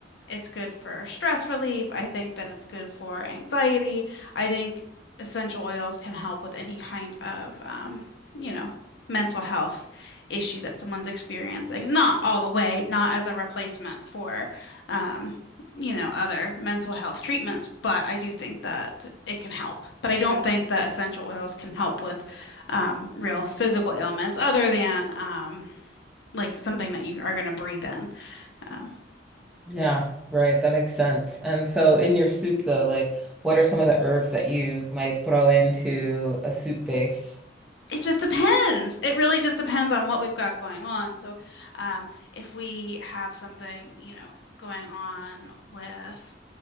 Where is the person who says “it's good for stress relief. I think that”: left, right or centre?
Left